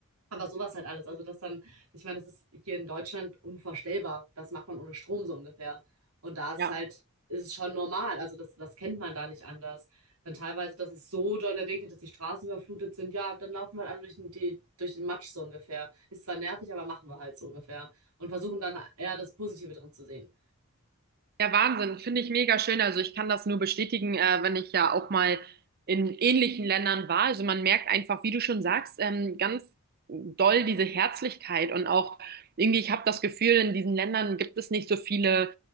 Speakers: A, on the right; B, on the right.
A: Aber sowas halt alles. Also das dann, ich meine, das ist hier in Deutschland unvorstellbar. Das macht man ohne Strom so ungefähr. Und da ist
B: Ja.
A: halt, ist es schon normal. Also das, das kennt man da nicht anders. Dann teilweise, dass es so doll regnet, dass die Straßen überflutet sind. Ja, dann laufen wir halt alle durch den, die, durch den Matsch so ungefähr. Ist zwar nervig, aber machen wir halt so ungefähr. Und versuchen dann eher das Positive drin zu sehen.
B: Ja, Wahnsinn, finde ich mega schön. Also ich kann das nur bestätigen, äh, wenn ich ja auch mal in ähnlichen Ländern war. Also man merkt einfach, wie du schon sagst, ähm, ganz doll diese Herzlichkeit und auch irgendwie, ich habe das Gefühl, in diesen Ländern gibt es nicht so viele,